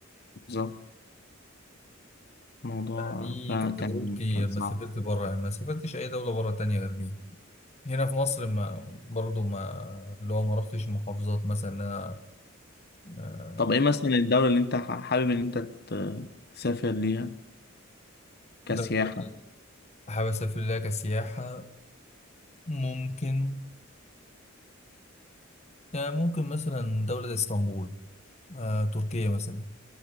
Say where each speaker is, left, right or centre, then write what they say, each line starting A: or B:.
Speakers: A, on the left; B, on the left.
A: بالظبط الموضوع
B: دي
A: فعلا
B: كانت
A: كان
B: تجربتي
A: كان
B: لما
A: صعب
B: سافرت بره يعني ما سافرتش اي دوله بره تانية غير دي هنا في مصر ما برضو ما اللي هو ما رحتش المحافظات مثلا إن انا آه،
A: طب إيه مثلا الدولة اللي أنت ح- حابب إن أنت ت- تسافر ليها كسياحة
B: دولة حابب اسافر لها كسياحة ممكن يعني ممكن مثلا دولة زي اسطنبول آه، تركيا مثلا